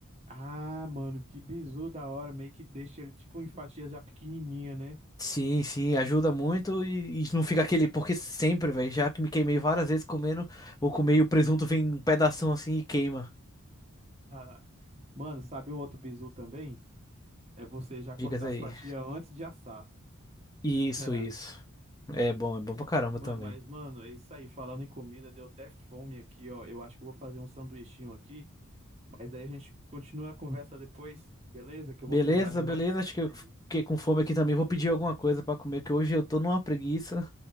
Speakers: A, on the right (about 30°); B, on the left (about 15°).
A: Ah, mano, que bizu da hora. Meio que deixa ele, tipo, em fatias já pequenininha, né?
B: Sim, sim, ajuda muito e, e não fica aquele, porque sempre, velho, já que me queimei várias vezes comendo, vou comer e o presunto vem um pedação assim e queima.
A: <laughs> Mano, sabe um outro bizu também? É você já cortar
B: Dicas aí.
A: as fatias antes de assar.
B: Isso,
A: <laughs>
B: isso. É bom, é bom pra caramba
A: Ma-
B: também.
A: Mas, mano, é isso aí. Falando em comida, deu até fome aqui, ó. Eu acho que eu vou fazer um sanduichinho aqui. Mas daí a gente continua a conversa depois, beleza? Que eu
B: Beleza,
A: vou precisar de
B: beleza.
A: mais dicas
B: Acho que eu
A: aí.
B: fiquei com fome aqui também. Vou pedir alguma coisa pra comer, que hoje eu tô numa preguiça.